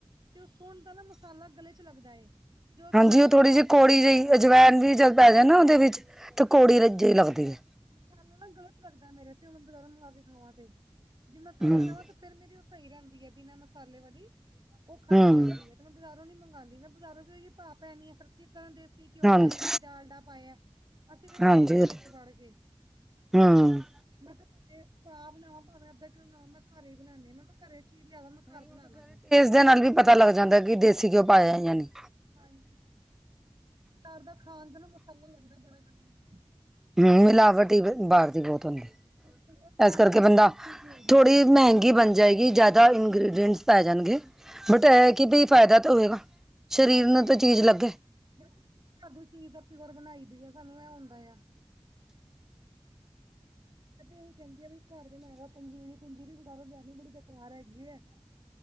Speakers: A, on the right; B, in the centre.
A: ਤੇ ਓ ਸੁੰਡ ਦਾ ਨਾ ਮਸਾਲਾ ਗਲੇ ਚ ਲੱਗਦਾ ਏ। ਜੋ
B: ਹਾਂਜੀ,
A: ਆਪਾਂ
B: ਓ ਥੋੜੀ
A: ਘਰ
B: ਜੀ ਕੋੜੀ
A: ਬਣਾਉਂਦੇ
B: ਜਈ,
A: ਹਾਂ ਨਾ
B: ਅਜਵੈਨ ਵੀ ਜਦ ਪੈ ਜਾਏ ਨਾ ਓਦੇ ਵਿੱਚ ਤੇ ਕੋੜੀ ਲ ਜੇਈ ਲੱਗਦੀ ਏ।
A: ਮਸਾਲਾ ਨਾ ਗਲੇ ਚ ਲੱਗਦੈ ਮੇਰੇ ਤੇ ਹੁਨ ਬਜ਼ਾਰੋ ਮੰਗਾ ਕੇ ਖਾਵਾਂ ਤੇ, ਜੇ ਮੈਂ
B: ਹੂੰ,
A: ਘਰੇ ਬਨਾਵਾਂ ਤੇ ਫੇਰ ਮੇਰੀ ਓ ਸਈ ਰੈਂਦੀ ਏ, ਬਿਨਾਂ ਮਸਾਲੇ ਵਾਲੀ, ਓ ਖਾੱਦੀ
B: ਹੂੰ,
A: ਜਾਂਦੀ ਏ। ਤੇ ਮੈਂ ਬਾਜ਼ਾਰੋਂ ਨੀ ਮੰਗਾਦੀ ਮੈਂ ਬਜ਼ਾਰੋਂ ਵੀ ਓਈ ਡਾਅ ਪੈਨੀ ਏ, ਫੇਰ ਕਿਤਾ ਦੇਸੀ ਘੇਉ
B: ਹਾਂਜੀ,
A: ਪਾਏਐ ਕਿ ਡਾਲਡਾ ਪਾਏਐ, ਅਸੀ ਕੈੜਾ
B: ਹਾਂਜੀ
A: ਦੇਖੇਐ
B: ਉਹ
A: ਵਿੱਚ
B: ਤੇ
A: ਵਾੜ ਕੇ।
B: ਹੂੰ।
A: ਮੈਂ ਕੇਆ ਭਾਵੇਂ ਪਾ ਬਨਾਵਾਂ, ਭਾਵੇਂ ਅੱਧਾ ਕਿਲੋਂ ਬਨਾਵਾਂ, ਮੈਂ ਘਰੇ ਈ ਬਨਾਨੀ, ਮੈਂ ਤ ਘਰੇ ਚੀਜ ਲੇਆਦੋ, ਮੈਂ ਘਾਰ ਬਨਾ ਲਾਂਗੀ।
B: ਜਾ ਨਾਲ ਵੀ ਪਤਾ ਲਾੱਗ ਜਾਂਦੈ ਕਿ ਦੇਸੀ ਘੇਓ ਪਾਏਆ ਯਾ ਨਈ।
A: ਹਾਂਜੀ, ਘਾਰ ਦਾ ਖਾਨ ਦਾ ਨਾ ਮਸਾਲਾ ਲੱਗਦਾ ਬੜਾ ਗਲੇ ਇਚ।
B: ਹੂੰ, ਮਿਲਾਵਟ ਈ ਬਾਰ ਦੀ ਬੋਤ ਹੁੰਦੀ,
A: ਬਿਲਕੁਲ
B: ਐਸ
A: ਖਾਣੂ
B: ਕਾਰਕੇ
A: ਨਹੀਂ ਦਿੱਤੇ
B: ਬੰਦਾ,
A: ਸੀ ਘਿਓ ਦੀ
B: ਥੋੜੀ ਮੈਹੰਗ ਗੀ ਬਾੱਨ ਜਾਏਗੀ, ਜਾਦਾ ਇੰਗ੍ਰਡੀਂਟੇਂਸ ਪੈ ਜਾਨਗੇ ਬਟ ਐ, ਐ ਕਿ ਬਈ ਫੈਦਾ ਤੇ ਹੋਏਗਾ। ਸਰੀਰ
A: ਅਗਰ
B: ਨੂੰ ਤਾਂ ਚੀਜ਼ ਲੱਗੇ।
A: <unintelligible> ਘਾਰ ਦੀ ਚੀਜ ਤਾਂ ਪੇਓਰ ਬਨਾਈ ਦੀ ਆ, ਸਾਨੂੰ ਐ ਹੁੰਦਾ ਆ। ਮੈਂ ਤੇ ਐਈ ਕੈਂਦੀ ਆ ਵੀ ਘਾਰ ਬਨਾ ਲਾ ਪੰਜੀਰੀ-ਪੰਜੀਰੀ ਬਜਾਰੋ ਲੇਆਂਨੀ, ਬੜੀ ਬੇਕਾਰ ਹੈਗੀ ਐ।